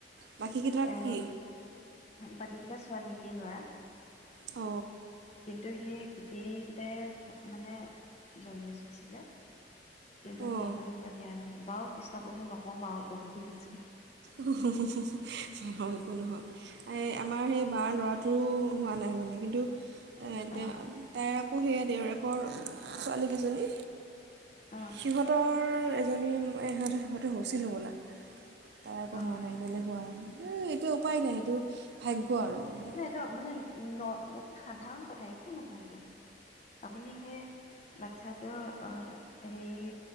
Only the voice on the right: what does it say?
বাকীকেইটা
কি
অ
অঁ
হু হু একো নহয় এই আমাৰ সেই বাৰ ল'ৰাটোৰো হোৱা নাই মানে কিন্তু তাৰ এতিয়া
তাৰ অ' সেয়া দেউৰেকৰ ছোৱালীকেইজনী
সিহঁতৰ এজনী ইহঁ সিহঁতৰ হৈছিল হ'বলা তাৰ আকৌ
নৰ্মেল ডেলিভাৰী হোৱা হেই এইটো উপায় নাই, সেইটো ভাগ্য আৰু। মানে